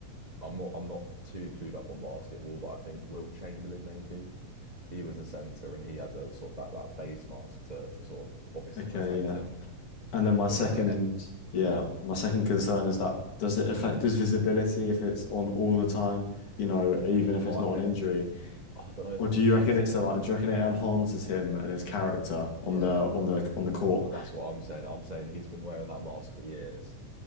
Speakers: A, on the right; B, on the left.
A: I'm not I'm not too clued up on basketball, but I think Wilt Chamberlain maybe. He was a center and he had a sort of that, that face mask to to sort of obviously
B: Okay,
A: protect
B: yeah.
A: him.
B: And then my
A: But
B: second,
A: you know, um,
B: yeah,
A: yeah.
B: my second concern is that does it affect
A: Mm.
B: his visibility if it's on all the time? You know, even if
A: Well,
B: it's
A: I
B: not
A: think
B: an injury,
A: I don't know
B: or do
A: if
B: you
A: he's
B: reckon it's a, like, do you reckon it enhances him and his character
A: yeah,
B: on the on the on the court?
A: that's what I'm saying. I'm saying he's been wearing that mask for years.